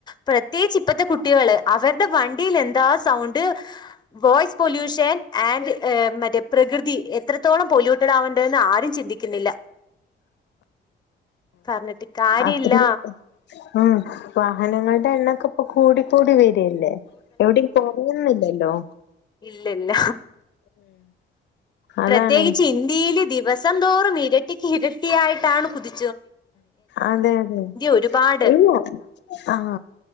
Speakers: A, on the left; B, on the left.
A: പ്രത്യേകിച്ച് ഇപ്പളത്തെ കുട്ടികള് അവരുടെ വണ്ടിയിലെ എന്താസൗണ്ട്, വോയിസ് പൊല്യൂഷൻആൻഡ് മറ്റേ പ്രകൃതി. എത്രത്തോളം പൊല്യൂട്ടടാകണ്ടേന്ന.. ചിന്തിക്കുന്നില്ല. പറഞ്ഞിട്ടു കാര്യമില്ല..
B: അത്രയും ഉം.. വാഹനങ്ങളുടെ എണ്ണമൊക്കെ ഇപ്പംകൂടിക്കൂടി വരും പിന്നെ, എവിടയും പോയിരിന്നില്ലല്ലോ
A: ഇല്ലില്ല
B: അതാണ്
A: പ്രത്യേകിച്ച്ഇന്ത്യയിലുദിവസംതോറും, ഇരട്ടിക്കിരട്ടിയായിട്ടാണ് കുതി
B: അതെയതെ
A: ഒരുപാട്
B: എങ്ങോ ആഹ..